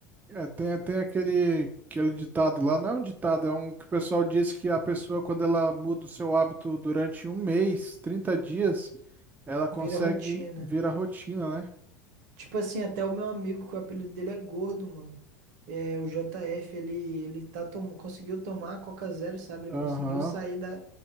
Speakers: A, on the right (about 15°); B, on the right (about 60°).
A: É, tem, tem aquele, aquele ditado lá, não é um ditado, é um que o pessoal diz que a pessoa, quando ela muda o seu hábito durante um mês, 30 dias, ela consegue
B: Vira rotina.
A: virar rotina, né?
B: Tipo assim, até o meu amigo, que o apelido dele é gordo, mano. É, o JF, ele, ele tá tom... conseguiu tomar a Coca Zero, sabe? Ele
A: Aham.
B: conseguiu sair da...